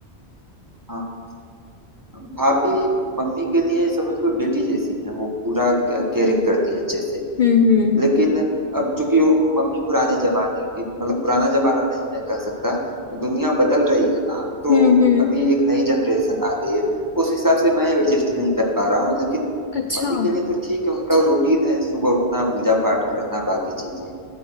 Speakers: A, on the right (about 20°); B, on the left (about 55°).
A: हाँ हाँ, भाभी मम्मी के लिए समझ लो बेटी जैसी है वो पूरा केयरिंग करती है अच्छे से
B: हम्म हम्म
A: लेकिन अब चूंकि वो मम्मी पुराने जमाने की मतलब पुराना जमाना नहीं मैं कह सकता दुनिया बदल रही है ना तो
B: हम्म हम्म
A: अभी एक नई जनरेशन आ गई है उस हिसाब से मैं एडजस्ट नहीं कर पा रहा हूँ लेकिन
B: अच्छा
A: मम्मी के लिए तो ठीक है उनका रूटीन है सुबह उठना पूजा पाठ करना बाकी चीजें